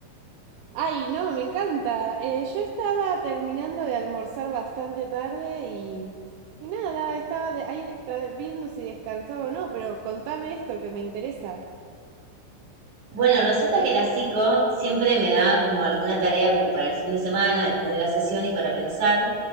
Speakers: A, on the right; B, on the right.
A: Ay, no, me encanta. Eh, yo estaba terminando de almorzar bastante tarde y, y nada, estaba de- ahí detra- viendo si descansaba o no, pero contame esto que me interesa.
B: Bueno, resulta que la psico siempre me da como alguna tarea como para el fin de semana, después de la sesión y para pensar.